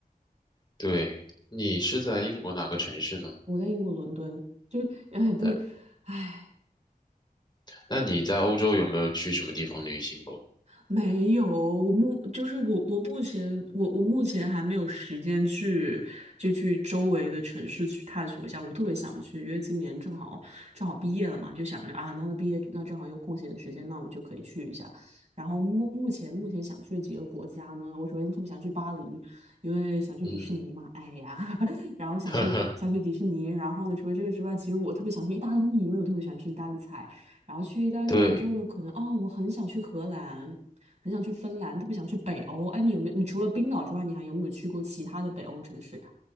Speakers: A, on the left (about 30°); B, on the right (about 45°).
A: 对，你是在英国哪个城市呢？
B: 我在英国伦敦，就哎对，
A: 那
B: 哎。
A: 那你在欧洲有没有去什么地方旅行过？
B: 没有哦，我目就是我，我目前我我目前还没有时间去就去周围的城市去探索一下，我特别想去，因为今年正好正好毕业了嘛，就想着啊，那那毕业那正好有空闲的时间，那我们就可以去一下。然后目目前目前想去的几个国家呢，我首先特别想去巴黎，因为想去迪士尼嘛，
A: 嗯，
B: 哎呀，<laughs> 然后想去想去迪士尼，
A: <laughs> 呵呵，
B: 然后呢，除了这个之外，其实我特别想去意大利，因为我特别喜欢吃意大利菜。然后去意大利完之后呢，
A: 对。
B: 可能哦，我很想去荷兰。很想去芬兰，特别想去北欧。哎，你有没有？你除了冰岛之外，你还有没有去过其他的北欧城市呀？